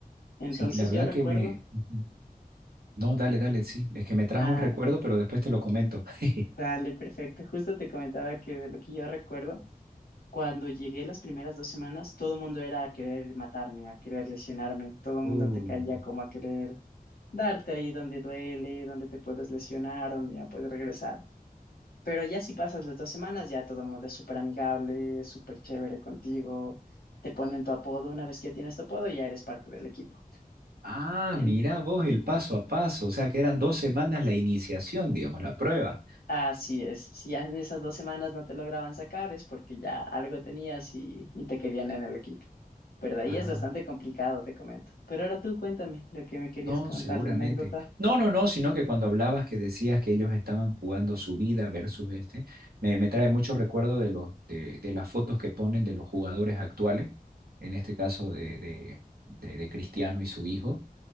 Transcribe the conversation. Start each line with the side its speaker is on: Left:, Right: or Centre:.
Left: Entonces
Right: sí, la verdad
Left: yo recuerdo,
Right: que me... Ujú. No, dale, dale, sí. Es que me trajo
Left: ah,
Right: un recuerdo, pero después te lo comento. <laughs>
Left: dale, perfecto, justo te comentaba que de lo que yo recuerdo. Cuando llegué las primeras dos semanas, todo el mundo era a querer matarme, a querer lesionarme, todo el
Right: Uh,
Left: mundo te caía como a querer darte ahí donde duele, donde te puedes lesionar, donde ya puedes regresar. Pero ya si pasas las dos semanas, ya todo el mundo es súper amigable, súper chévere contigo, te ponen tu apodo, una vez que tienes tu apodo ya eres parte del equipo.
Right: Ah,
Left: En-
Right: mira vos el paso a paso. O sea, que eran dos semanas la iniciación, digamos, la prueba.
Left: así es, si ya en esas dos semanas no te lograban sacar es porque ya algo tenías y, y te querían en el equipo. Pero de
Right: Ah,
Left: ahí es bastante complicado, te comento. Pero ahora tú cuéntame lo que me querías
Right: no,
Left: contar,
Right: seguramente.
Left: la anécdota.
Right: No, no, no, sino que cuando hablabas que decías que ellos estaban jugando su vida versus este, me, me trae mucho recuerdo de los, de, de las fotos que ponen de los jugadores actuales, en este caso de, de, de de Cristiano y su hijo